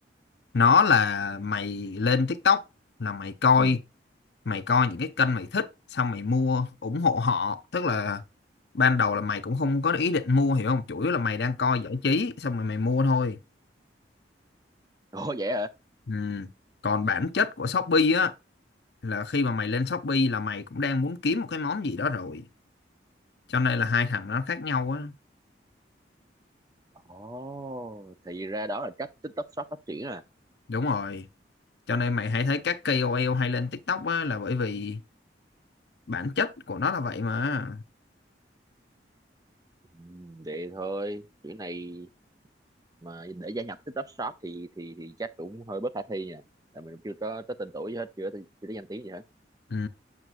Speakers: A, on the left (about 60°); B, on the right (about 20°).
A: nó là mày lên TikTok là mày coi
B: ừ
A: mày coi những cái kênh mày thích xong mày mua ủng hộ họ tức là ban đầu là mày cũng không có ý định mua hiểu không chủ yếu là mày đang coi giải trí xong rồi mày mua thôi
B: ồ <laughs> vậy hả
A: ừ. còn bản chất của Shopee á là khi mà mày lên Shopee là mày cũng đang muốn kiếm một cái món gì đó rồi cho nên là hai thằng nó khác nhau á
B: ồ thì ra đó là cách TikTok Shop phát triển à
A: đúng rồi cho nên mày hãy thấy các KOL hay lên TikTok á là bởi vì bản chất của nó là vậy mà
B: ừ, vậy thôi kiểu này mà để gia nhập TikTok Shop thì thì thì chắc cũng hơi bất khả thi nha là mình cũng chưa có tới tên tuổi gì hết chưa, có- chưa có danh tiếng gì hết
A: ừ.